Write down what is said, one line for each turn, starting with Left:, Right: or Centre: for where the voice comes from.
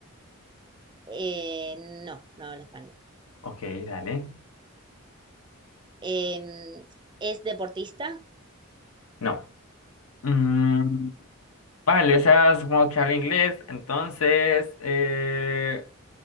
Right: Eh, no, no hablo español.
Left: Ok, dale.
Right: Em, ¿es deportista?
Left: No. Mm, vale, o sea, supongo que habla inglés, entonces eh,